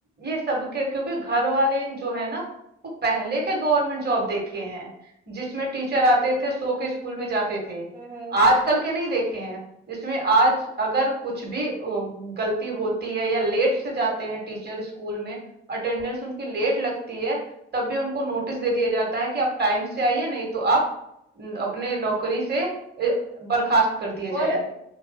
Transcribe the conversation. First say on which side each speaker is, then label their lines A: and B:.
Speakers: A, on the right; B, on the right.
A: ये सबके क्योंकि घर वाले जो है ना वो पहले के गवर्नमेंट जॉब देखे हैं जिसमें टीचर आते थे सो के स्कूल में जाते थे
B: हम्म
A: आजकल के नहीं देखे हैं जिसमें आज अगर कुछ भी ओ, गलती होती है या लेट से जाते हैं
B: हम्म,
A: टीचर स्कूल में अटेंडेंस उनकी लेट लगती है तब भी उनको नोटिस दे दिया जाता है कि आप टाइम से आइए नहीं तो आप न, अपने नौकरी से ए, बर्खास्त कर दिए जाएंगे
B: और